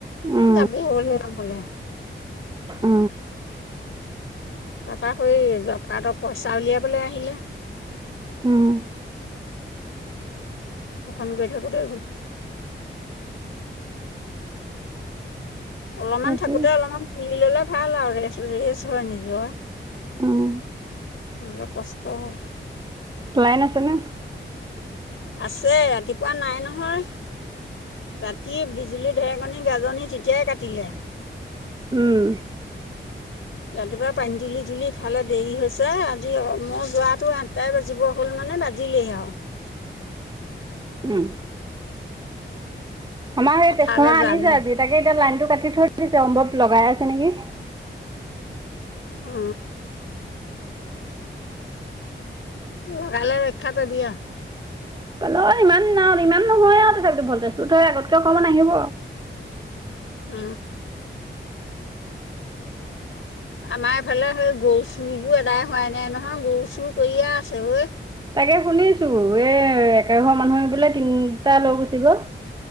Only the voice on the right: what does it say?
উম,
উ
উম,
তাকে
উম,
লাই ন আছে নে?
উম
উঁ আমাৰ সেই
তেজপমা আনিছে
আজি তাকে এতিয়া লাইনটো কাটি থৈ দিছে সম্ভৱ লগাই আছে নেকি?
হ'লেও ইমান ন ইমান নহয় আৰু তথাপিতো ভলটেজটো তহ আগতকৈ অকণমান আহিব
তাকে শুনিছোঁ এই একে ঘৰ মানুহে বোলে তিনিটা লৈ গুচি গ'ল।